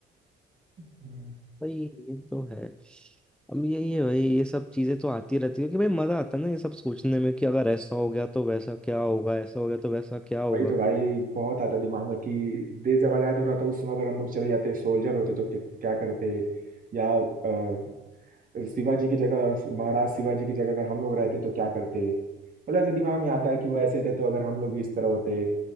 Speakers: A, on the right (about 45°); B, in the centre.
A: हम्म,
B: भाई ये तो है अब यही है भाई ये सब चीजें तो आती रहती है कि भाई मजा आता है ना ये सब सोचने में कि अगर ऐसा हो गया तो वैसा क्या होगा ऐसा हो गया तो वैसा क्या होगा
A: वही तो भाई बहुत आता दिमाग में कि देश जब आजाद हो रहा था उस समय अगर हम लोग चले जाते सोल्जर होते तो कि- क्या करते या अ, शिवाजी की जगह महाराज शिवाजी की जगह अगर हम लोग रहते तो क्या करते मतलब ऐसे दिमाग में आता
B: हम्म,
A: है कि वो ऐसे थे तो अगर हम लोग भी इस तरह होते